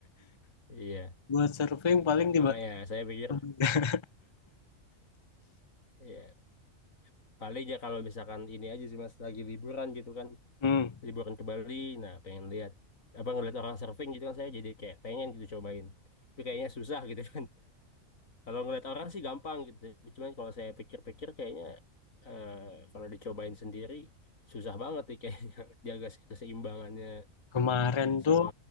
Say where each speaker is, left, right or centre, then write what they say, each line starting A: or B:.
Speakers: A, on the left (about 75°); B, on the left (about 25°).
A: Iya.
B: Buat surfing paling di
A: Makanya
B: bali
A: saya pikir
B: <laughs>
A: ya paling ya kalau misalkan ini aja sih Mas lagi liburan gitu kan,
B: Hmm.
A: liburan ke Bali, nah pengen lihat apa ngeliat orang surfing gitu kan saya jadi kayak pengen gitu cobain. Tapi kayaknya susah gitu kan. <laughs> Kalau ngeliat orang sih gampang gitu. Cuman kalau saya pikir-pikir kayaknya eh, kalau dicobain sendiri susah banget nih kayaknya <laughs> jaga se- keseimbangannya
B: Kemarin
A: sama
B: tuh,